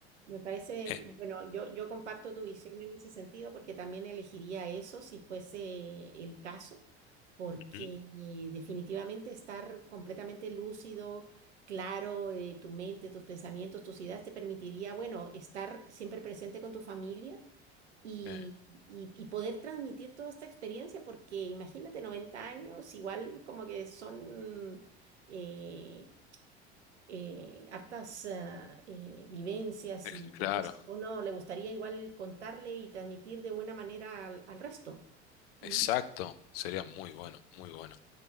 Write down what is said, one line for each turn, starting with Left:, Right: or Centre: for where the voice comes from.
Right: Me parece,
Left: Eh,
Right: bueno, yo, yo comparto tu visión en ese sentido porque también elegiría eso si fuese el caso, porque
Left: ujú,
Right: eh, definitivamente estar completamente lúcido, claro, eh, tu mente, tus pensamientos, tus ideas te permitiría, bueno, estar siempre presente con tu familia y,
Left: eh,
Right: y- y poder transmitir toda esta experiencia, porque imagínate, 90 años, igual como que son... eh, eh, hartas ah, eh, vivencias
Left: ex-
Right: y
Left: claro,
Right: y cosas que uno le gustaría igual contarle y transmitir de buena manera al, al resto. Mm,
Left: exacto, sería muy bueno, muy bueno.